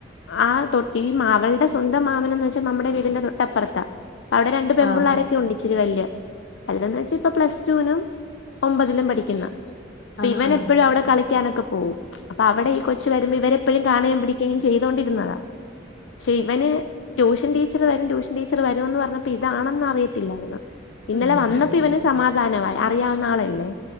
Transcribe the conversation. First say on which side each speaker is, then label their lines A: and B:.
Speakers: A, on the left (about 75°); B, on the left (about 60°).
A: ആ തൊ ഈ മാകളുടെ സ്വന്തം മാമ നന്ന് വെച്ചാൽ നമ്മുടെ വീടിന്റെ തൊട്ടപ്പുറതാ അവിടെ രണ്ട് പെമ്പിള്ളാരരൊക്കെ
B: ആഹ് ആഹ്
A: ഉണ്ട് ഇച്ചിരി വല്യ അതന്ന് വെച്ചാ ഇപ്പ പ്ലസ് ടുവിനും ഒമ്പതിലും പഠിക്കുന്ന അപ്പൊ
B: ആഹ്
A: ഇവന
B: ആഹ്
A: എപ്പോഴും അവിടെ കളിക്കാനൊക്കെ പോവും അപ്പൊ അവിടെ ഈ കൊച്ച് വരുമ്പോ ഇവന് എപ്പോഴും കാണുകയും പിടിക്കുകയും ചെയ്തോണ്ടിരുന്നതാ പക്ഷെ ഇവന് ട്യൂഷൻ ടീച്ചറ് വരും ട്യൂഷൻ ടീച്ചറ് വരും എന്ന് പറഞ്ഞപ്പോ ഇതാണെന്ന് അറിയത്തില്ലായിരുന്നു ഇന്നലെ
B: ഉം
A: വന്നപ്പോ
B: ഉം
A: ഇവന് സമാധാനമായി അറിയാവുന്ന ആളല്ലേ